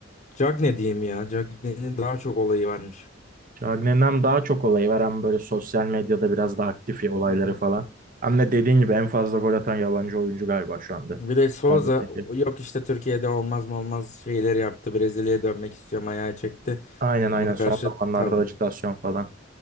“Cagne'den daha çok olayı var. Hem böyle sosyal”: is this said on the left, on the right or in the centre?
Right